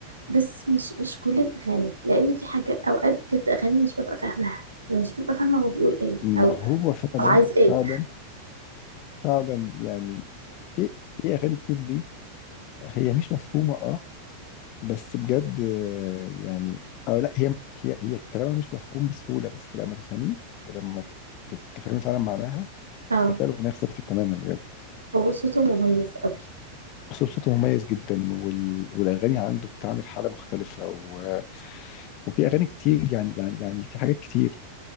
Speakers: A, on the right; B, on the left.
A: بس مش مش كل الاغاني لان في حاجه اوقات كانت اغاني مش ببقى فاهماها مش ببقى فاهمه هو بيقول ايه
B: ما
A: او
B: هو فعلا
A: او عايز ايه
B: فعلا فعلا يعني في في اغاني كتير دي هي مش مفهومه اه بس بجد آه، يعني او لا هي هي هي كلامها مش مفهوم بسهوله بس لما تفهميه ولما ت- تفهمي فعلا معناها
A: اه
B: هتلاقي الاغنيه اختلفت تماما بجد
A: هو صوته مميز قوي
B: اصلا صوته مميز جدا وال... والاغاني عنده بتعمل حاله مختلفه و... وفي اغاني كتير يعني يعني يعني في حاجات كتير